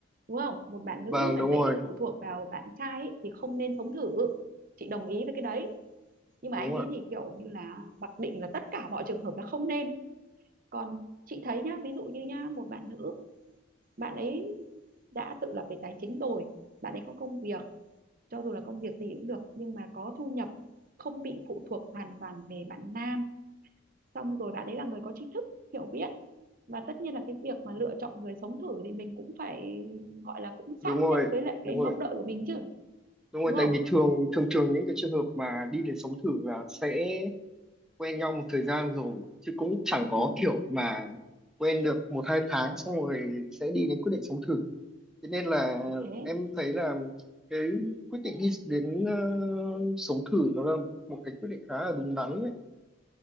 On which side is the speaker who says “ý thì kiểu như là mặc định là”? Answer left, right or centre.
Right